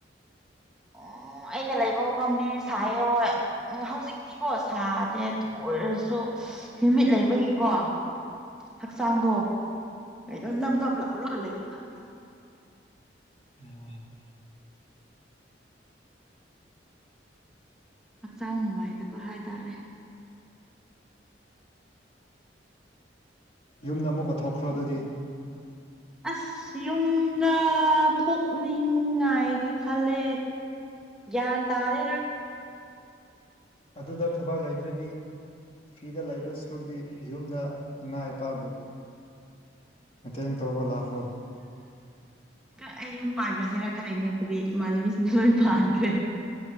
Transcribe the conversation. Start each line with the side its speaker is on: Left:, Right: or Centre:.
Centre: ꯎꯝ ꯑꯩꯅ ꯂꯩꯕ ꯃꯐꯝꯗꯤ ꯁꯥꯏ ꯎ ꯍꯧꯖꯤꯛ ꯛꯇꯤꯀꯣ ꯁꯥꯗꯦ ꯑꯗꯨ ꯑꯣꯏꯔꯁꯨ ꯍ꯭ꯌꯨꯃꯤꯠ ꯂꯩꯕꯒꯤꯀꯣ ꯍꯛꯆꯥꯡꯗꯣ ꯀꯩꯅꯣ ꯅꯞ ꯅꯞ ꯂꯥꯎꯔꯒ ꯂꯩꯌꯦ ꯈꯪꯗ
Left: ꯑ
Centre: ꯍꯛꯆꯥꯡ ꯅꯨꯡꯉꯥꯏꯇꯕ ꯍꯥꯏꯇꯥꯔꯦ
Left: ꯌꯨꯝꯗ ꯑꯃꯨꯛꯀ ꯊꯣꯛꯈ꯭ꯔꯣ ꯑꯗꯨꯗꯤ
Centre: ꯑꯁ ꯌꯨꯝꯗ ꯊꯣꯛꯅꯤꯡꯉꯥꯏꯗꯤ ꯈꯜꯂꯦ ꯭ꯌꯟ ꯇꯥꯔꯦꯅ
Left: ꯑꯗꯨꯗ ꯊꯕꯛ ꯂꯩꯇ꯭ꯔꯗꯤ ꯐ꯭ꯔꯤꯗ ꯂꯩꯕ ꯁꯔꯨꯛꯇꯤ ꯌꯨꯝꯗ ꯏꯃꯥ ꯏꯄꯥꯕꯨ ꯃꯇꯦꯡ ꯇꯧꯕ ꯂꯥꯛꯂꯣ
Centre: ꯑꯩ ꯌꯨꯝ ꯄꯥꯟꯈ꯭ꯔꯁꯤꯅ ꯈꯜꯂꯅꯦ ꯍꯛꯇꯗꯤ ꯏꯃꯥꯟꯅꯕꯤꯁꯤꯡꯁꯨ ꯂꯣꯏ ꯄꯥꯟꯈ꯭ꯔꯦ